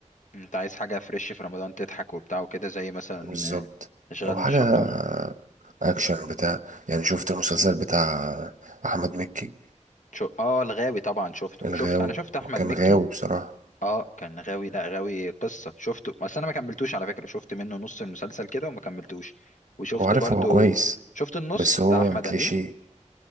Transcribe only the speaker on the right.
بالظبط
او حاجة
اكشن بتاع يعني شفت المسلسل بتاع احمد مكي
الغاوي
وكان
غاوي بصراحة
وعارف
هو كويس
بس هو
كليشيه